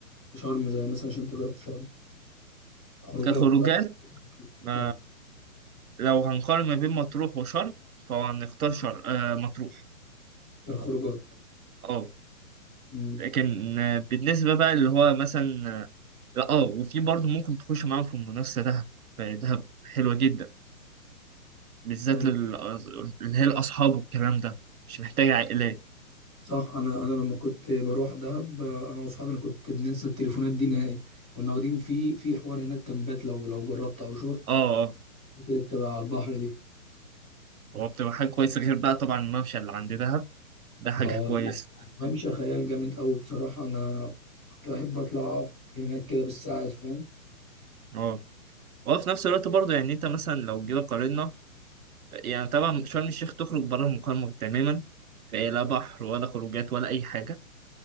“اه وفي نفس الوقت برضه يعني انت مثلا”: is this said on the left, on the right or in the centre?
Right